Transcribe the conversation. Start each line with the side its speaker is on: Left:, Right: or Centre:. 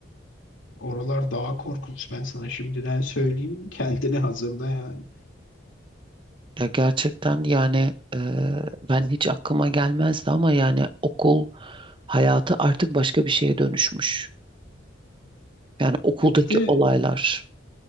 Left: Oralar daha korkunç ben sana şimdiden söyleyeyim. <laughs> Kendini hazırla yani.
Right: Ya gerçekten yani e, ben hiç aklıma gelmezdi ama yani okul hayatı artık başka bir şeye dönüşmüş. Yani okuldaki
Left: E bir de
Right: olaylar.